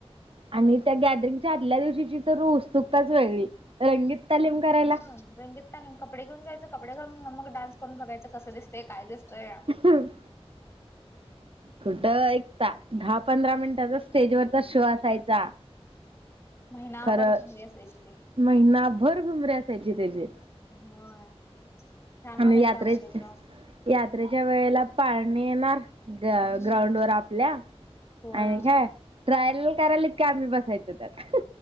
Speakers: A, on the right (about 60°); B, on the left (about 25°).
A: आणि त्या गॅदरिंगच्या आदल्या दिवशीची तर उत्सुकताच वेगळी रंगीत तालीम करायला
B: हा रंगीत घालून कपडे घेऊन जायचं कपडे घालून अनं मग डान्स करून बघयचं कसं दिसतय काय दिसंतय
A: हम्म कुठं एक ता दहा पंधरा मिनिटाचा स्टेजवरचा शो असायचा.
B: महिनाभर
A: खरं
B: घुमरे असायची ते
A: महिनाभर घुमरे असायचे त्याजे
B: होय छान वाटायचं
A: आणि यात्रेत
B: अगोदरच
A: यात्रेच्या वेळेला पाळणी येणार ग
B: हम्म
A: ग्राउंड वर आपल्या
B: होय
A: आणि काय ट्रायल करायल्यात काय आम्ही बसायचो त्यात